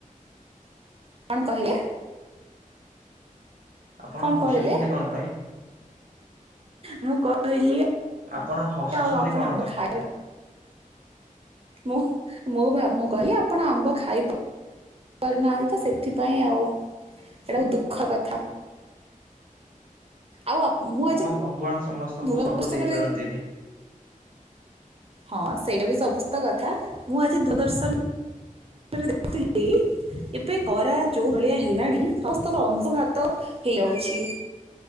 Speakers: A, on the right; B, on the right.
A: <inaudible> କଣ କହିଲେ
B: ଆପଣ
A: କଣ
B: ହସୁଛନ୍ତି
A: କହିଲେ
B: କଣ ପାଇଁ
A: ମୁଁ କହିଲି
B: ଆପଣ ହସିୁଛନ୍ତି
A: ଆଉ ଆପଣ
B: କଣ
A: ଆମ୍ବ
B: ପାଇଁ?
A: ଖାଇ ମୁଁ ମୁଁ ମୁଁ କହିଲି ଆପଣ ଆମ୍ବ ଖାଇ। କରୁନାହାନ୍ତି ତ ସେଥିପାଇଁ ଆଉ ଏଇଟାକୁ ଦୁଃଖ କଥା ଆଉ ମୁଁ ଆଜି
B: ହଁ ଭଗବାନ ସମସ୍ତଙ୍କୁ
A: ଦୂରଦର୍ଶନରେ
B: ସବୁ ଦେଇ ପାରନ୍ତିନି।
A: ହଁ ସେଇଟା ବି ସମସ୍ତ କଥା ମୁଁ ଆଜି ଦୂରଦର୍ଶନ ଦେଖୁଥିଲି। ଏବେ ଖରା ଯୋଉ ଭଳିଆ ହେଲାଣି ସମସ୍ତଙ୍କ ଅଂଶୁଘାତ ହେଇଯାଉଛି।